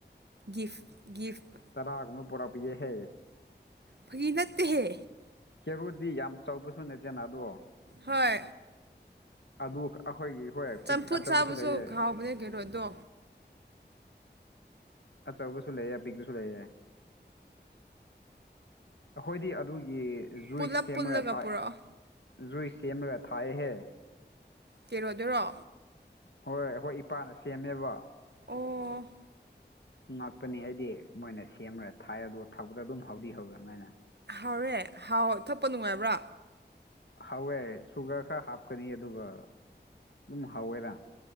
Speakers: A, on the right; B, on the left.
A: ꯒꯤꯐ ꯒꯤꯐ
B: ꯇꯔꯥꯥ ꯒꯨꯝꯕ ꯄꯨꯔꯛꯕꯤꯒꯦꯍꯦ
A: ꯐꯥꯒꯤ ꯅꯠꯇꯦꯍꯦ
B: ꯀꯦꯔꯣꯗꯤ ꯌꯥꯝ ꯆꯥꯎꯕꯁꯨ ꯅꯠꯇꯦꯅ ꯑꯗꯣ
A: ꯍꯣꯏ
B: ꯑꯗꯨ ꯑꯩꯈꯣꯏꯒꯤ ꯍꯣꯏ ꯄꯤꯛ
A: ꯆꯝꯐꯨꯠ
B: ꯑꯆꯧꯕꯁꯨ
A: ꯁꯥꯕꯁꯨ
B: ꯂꯩꯌꯦ
A: ꯈꯥꯎꯕꯅꯦ ꯀꯦꯔꯣꯠꯗꯣ
B: ꯑꯆꯧꯕꯁꯨ ꯂꯩꯌꯦ ꯑꯄꯤꯛꯕꯁꯨ ꯂꯩꯌꯦ ꯑꯩꯈꯣꯏꯗꯤ ꯑꯗꯨꯒꯤ ꯖꯨꯏꯁ
A: ꯄꯨꯜꯂꯞ
B: ꯁꯦꯝꯃꯒ
A: ꯄꯨꯜꯂꯒ
B: ꯊꯥꯏ
A: ꯄꯨꯔꯛꯑꯣ
B: ꯖꯨꯏꯁ ꯁꯦꯝꯃꯒ ꯊꯥꯏꯍꯦ
A: ꯀꯦꯔꯣꯠꯗꯨꯔꯣ
B: ꯍꯣꯏ ꯈꯣꯏ ꯏꯄꯥꯅ ꯁꯦꯝꯃꯦꯕ
A: ꯑꯣ
B: ꯉꯥꯛꯄꯅꯤ ꯑꯩꯗꯤ ꯃꯣꯏꯅ ꯁꯦꯝꯃꯔ ꯊꯥꯏ ꯑꯗꯨ ꯊꯥꯛꯕꯇ ꯑꯗꯨꯝ ꯍꯥꯎꯗꯤ ꯍꯧꯋꯦ ꯑꯗꯨ ꯃꯥꯏꯅ
A: ꯍꯥꯎꯔꯦ ꯍꯥꯎ ꯊꯛꯄ ꯅꯨꯡꯉꯥꯏꯕ꯭ꯔꯥ
B: ꯍꯧꯋꯦ ꯁꯨꯒꯔ ꯈꯔ ꯍꯥꯞꯀꯅꯤ ꯑꯗꯨꯒ ꯑꯗꯨꯝ ꯍꯧꯋꯦꯗ